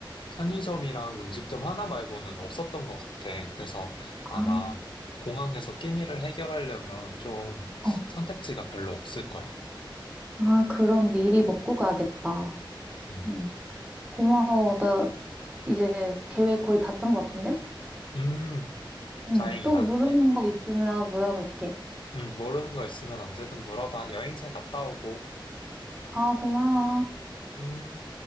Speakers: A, on the left (about 75°); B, on the right (about 15°).
A: 편의점이랑 음식점 하나 말고는 없었던 것 같아. 그래서
B: 아,
A: 아마 공항에서 끼니를 해결하려면 좀
B: 어.
A: 선택지가 별로 없을 거야.
B: 아, 그럼 미리 먹고 가야겠다.
A: 음,
B: 응. 고마워. 이제 계획 거의 다짠 것 같은데?
A: 음,
B: 응.
A: 다행이다.
B: 또 모르는 거 있으면 물어볼게.
A: 음, 모르는 거 있으면 언제든 물어봐. 여행 잘 갔다 오고.
B: 아, 고마워.
A: 음.